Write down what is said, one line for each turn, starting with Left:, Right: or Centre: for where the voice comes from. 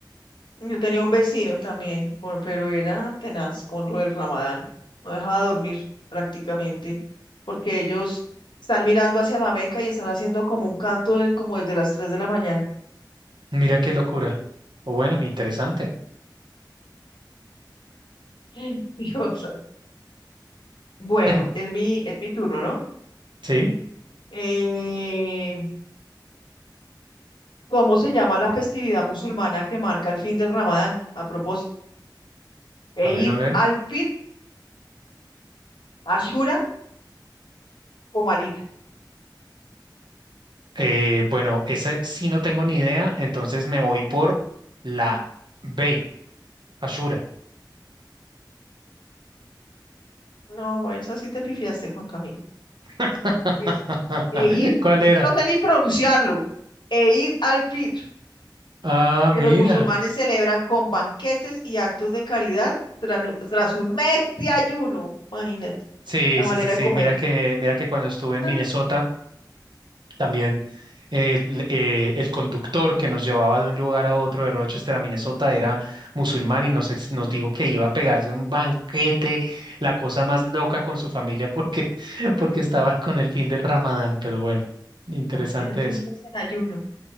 Left: Yo tenía un vecino también, por- pero era tenaz con lo del Ramadán. No dejaba dormir prácticamente, porque ellos están mirando hacia la Meca y están haciendo como un canto de- como desde las tres de la mañana.
Right: Mira qué locura. O bueno, interesante. <clears throat>
Left: <laughs> Diosa. Bueno,
Right: <laughs>
Left: es mi, es mi turno, ¿no?
Right: Sí,
Left: Eh, ¿cómo se llama la festividad musulmana que marca el fin del Ramadán? A propósito, Eid
Right: a ver, a ver.
Left: al-Fitr, Ashura o Malit.
Right: Eh, bueno, esa sí no tengo ni idea, entonces me voy por la B, Ashura.
Left: No, esa sí te pifiaste, Juan Camilo.
Right: <laughs>
Left: es Eid,
Right: ¿Cuál
Left: es
Right: era?
Left: que no sé ni pronunciarlo, Eid al-Fitr,
Right: Ah,
Left: que
Right: mira.
Left: los musulmanes celebran con banquetes y actos de caridad tras, tras un mes de ayuno. Imagínate
Right: Sí,
Left: la
Right: sí,
Left: manera
Right: sí, sí.
Left: de comer.
Right: Mira que, mira que cuando estuve en
Left: Ah,
Right: Minnesota, también el, eh, el conductor que nos llevaba de un lugar a otro de Rochester
Left: <laughs>
Right: a Minnesota era musulmán y nos, ex- nos dijo que iba a pegarse un banquete, la cosa más loca con su familia porque, <laughs> porque estaba con el fin del Ramadán. Pero bueno, interesante
Left: Imagínate
Right: eso.
Left: un mes en ayuno.